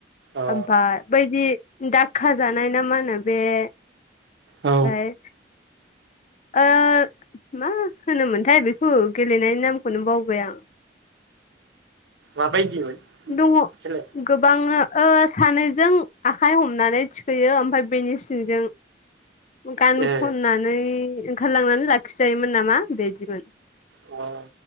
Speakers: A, on the right; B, on the left.
A: अ
B: ओमफ्राय बैदि दाखा जानाय ना मा होनो बे आमफ्राय
A: औ
B: ओ मा होनोमोनथाय बेखौ गेलेनायनि नामखौनो बावबाय आं।
A: माबायदिमोन
B: दं
A: खेलाया
B: गोबांनो ओ सानैजों आखाइ हमनानै थिखोयो ओमफ्राय बेनि सिंजों गान
A: ए
B: खननानै ओंखारलांनानै लाखिजायोमोन नामा बिदिमोन।
A: अ